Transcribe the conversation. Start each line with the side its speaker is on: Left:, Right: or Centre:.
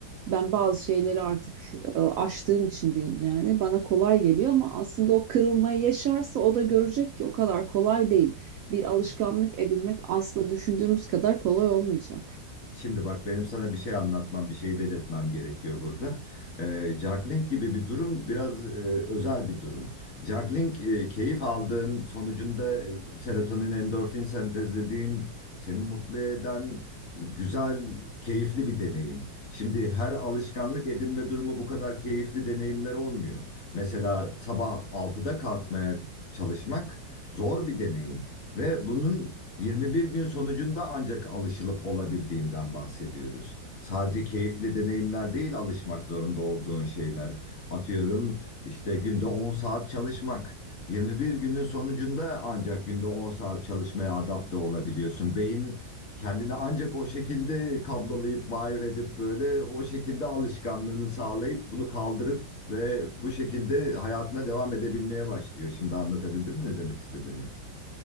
Right: ben bazı şeyleri artık e, aştığım için diyeyim yani bana kolay geliyor ama aslında o kırılmayı yaşarsa o da görecek ki o kadar kolay değil bir alışkanlık edinmek asla düşündüğümüz kadar kolay olmayacak.
Left: Şimdi bak benim sana bir şey anlatmam, bir şey belirtmem gerekiyor burada. Ee, juggling gibi bir durum biraz e, özel bir durum. Juggling e, keyif aldığın sonucunda e, serotonin, endorfin sentezlediğin, seni mutlu eden güzel, keyifli bir deneyim. Şimdi her alışkanlık edinme durumu bu kadar keyifli deneyimler olmuyor. Mesela sabah altıda kalkmaya çalışmak zor bir deneyim. Ve bunun 21 gün sonucunda ancak alışılıp olabildiğinden bahsediyoruz. Sadece keyifli deneyimler değil alışmak zorunda olduğun şeyler. Atıyorum işte günde 10 saat çalışmak. 21 günün sonucunda ancak günde 10 saat çalışmaya adapte olabiliyorsun. Beyin kendini ancak o şekilde kablolayıp wire edip böyle o şekilde alışkanlığını sağlayıp bunu kaldırıp ve bu şekilde hayatına devam edebilmeye başlıyor. Şimdi anlatabildim mi ne demek istediğimi?